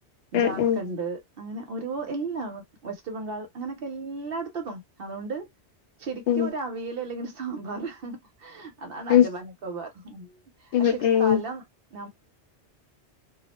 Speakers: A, on the left; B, on the right.
A: ഉം
B: ജാർഖണ്ഡ്
A: ഉം
B: ഉം ഒരു എന്നാ വെസ്റ്റ് ബംഗാൾ അങ്ങനെക്കെ എല്ലാടുത്തും പോവാം അതോണ്ട് ശെരിക്കും
A: ഉം
B: ഒരു അവയ്ലമെന്റ്സ് മ്പറ് അതാണ്
A: ഉം
B: അന്റോമാൻ നിക്കോബറ്
A: ഉം
B: പക്ഷെ ഈ
A: ഉം
B: സ്ഥലം <inaudible>